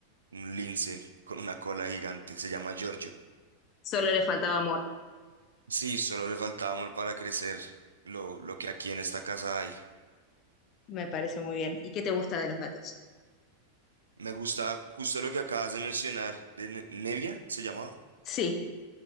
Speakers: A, on the right (about 75°); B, on the left (about 35°).
A: un lince con una cola gigante. Se llama Giorgio.
B: solo le faltaba amor,
A: Sí, solo le faltaba amor para crecer, lo, lo que aquí en esta casa hay.
B: me parece muy bien. ¿Y qué te gusta de los gatos?
A: <laughs> Me gusta justo lo que acabas de mencionar, de Ne- Nevia, ¿se llamaba?
B: Sí,